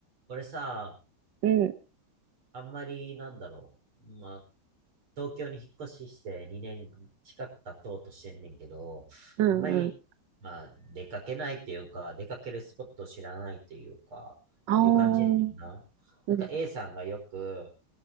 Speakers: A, on the right; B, on the right.
A: 俺さ、
B: うん、
A: あんまりなんだろう。まあ、東京に引っ越しして2年近く経とうとしてんねんけど、
B: うん、
A: あんまり、
B: うん。
A: まあ、出かけないっていうか、出かけるスポットを知らないっていうか、
B: ああ、
A: っていう感じやねんな。
B: うん、う
A: なんか A さんがよく